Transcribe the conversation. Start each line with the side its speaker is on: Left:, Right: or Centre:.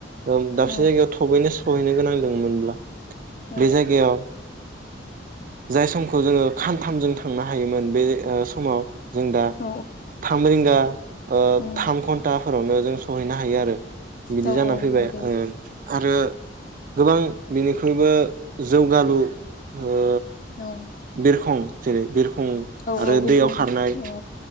Right: ओ दाबसे
Left: औ
Right: जायगायाव थबैनो सहैनो गोनां दोंमोनब्ला
Left: औ
Right: बे जायगायाव जाय समखौ जोङो खानथामजों थांनो हायोमोन बे ओ समाव जों दा
Left: औ
Right: थाम रिंगा ओ
Left: उम
Right: थाम घन्टा फोरावनो जों सहैनो हायो आरो बिदि
Left: औ
Right: जाना
Left: औ
Right: फैबाय
Left: नंगौ
Right: ओ आरो गोबां बिनिख्रुइबो जौगालु ओ
Left: औ
Right: बिरखं। जेरै बिर उम
Left: औ
Right: आरो
Left: औ बिरखंगासिनो
Right: दैयाव खारनाय